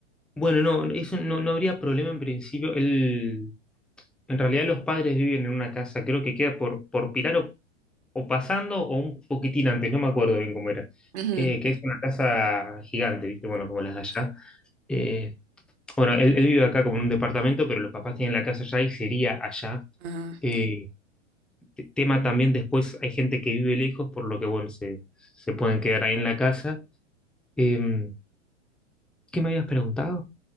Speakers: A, in the centre; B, on the right (about 60°).
A: bueno, no, eso no, no habría problema en principio. Él- en realidad los padres viven en una casa, creo que queda por, por Pilar o, o pasando o un poquitín antes, no me acuerdo bien cómo era.
B: Ujú.
A: Eh, que es una casa gigante, ¿viste? Bueno, como las de allá. Eh, bueno, él, él vive acá como en un departamento, pero los papás tienen la casa allá y sería allá.
B: Ah, está
A: Eh,
B: bien.
A: T- Tema también después hay gente que vive lejos, por lo que bueno, se, se pueden quedar ahí en la casa. Em, ¿qué me habías preguntado?